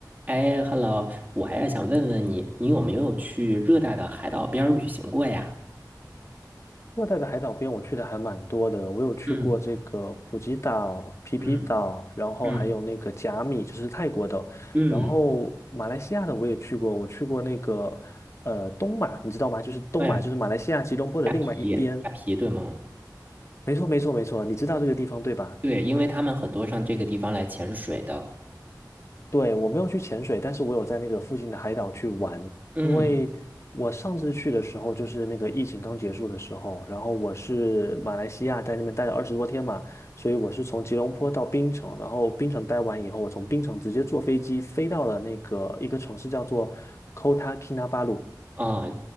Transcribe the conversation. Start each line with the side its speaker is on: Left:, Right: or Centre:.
Right: 哎，Hello，我呀想问问你，你有没有去热带的海岛边儿旅行过呀？
Left: 热带的海岛边我去的还蛮多的，我有去过这个普吉岛、
Right: 嗯
Left: 皮皮岛，
Right: 嗯
Left: 然后还有那个甲米，
Right: 嗯
Left: 就是泰国的，
Right: 嗯，
Left: 然后马来西亚的我也去过，我去过那个呃东马，你知道吗？就是东马，
Right: 哎呀，
Left: 就是马来西亚吉隆坡的另外一边。
Right: 虾皮，虾皮对吗？
Left: 没错，没错，没错，你知道这个地方对吧？
Right: 对，因为他们很多上这个地方来潜水的。
Left: 对，我没有去潜水，但是我有在那个附近的海岛去玩。
Right: 嗯
Left: 因为我上次去的时候，就是那个疫情刚结束的时候，然后我是马来西亚在那边待了二十多天嘛，所以我是从吉隆坡到槟城，然后槟城待完以后，我从槟城直接坐飞机飞到了那个一个城市叫做 Kota Kinabalu，
Right: 啊，